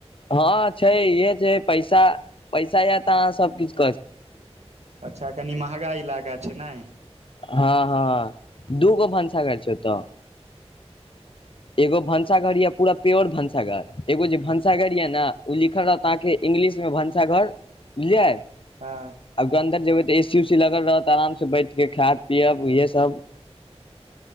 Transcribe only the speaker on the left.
हँ छै इहे छै पैसा पैसा य त अहाँ सबकछु
हँ हँ दू गो भनसा घर छै ओतऽ एगो भंस घर यऽ पूरा प्योर भनसाघर एगो जे भनसाघर ये न ओ लिखल रहता है कि इंग्लिश मे भनसा घर ले आऐब
अब अन्दर जेबै तऽ ऐ सी पसी उसी लगल रहत आराम से बैठ के खायब पियअब इहे सब